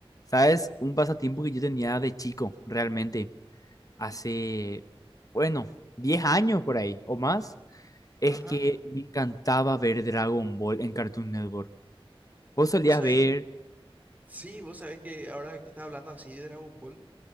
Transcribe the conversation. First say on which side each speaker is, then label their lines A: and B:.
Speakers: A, on the left (about 35°); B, on the right (about 15°).
A: ¿Sabes? Un pasatiempo que yo tenía de chico, realmente, hace, bueno, 10 años por ahí o más, es
B: Ajá.
A: que me encantaba ver Dragon Ball en Cartoon Network. ¿Vos solías
B: Vos sabés,
A: ver?
B: sí, vos sabés que ahora que estás hablando así de Dragon Ball,